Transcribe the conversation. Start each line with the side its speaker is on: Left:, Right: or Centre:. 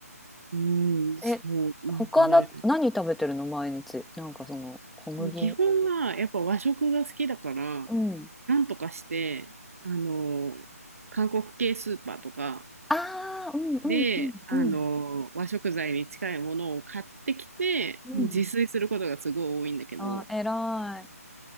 Right: うん、そう、
Centre: え、
Right: なんかね、
Centre: 他だ、何食べてるの毎日。なんかその、小麦。
Right: 基本はやっぱ和食が好きだから、
Centre: うん。
Right: なんとかして、あの、韓国系スーパーとか
Centre: ああ、うんうんうんうん
Right: で、あの、和食材に近いものを買ってきて、
Centre: うん。
Right: もう自炊することがすごい多いんだけど、
Centre: あー、偉い。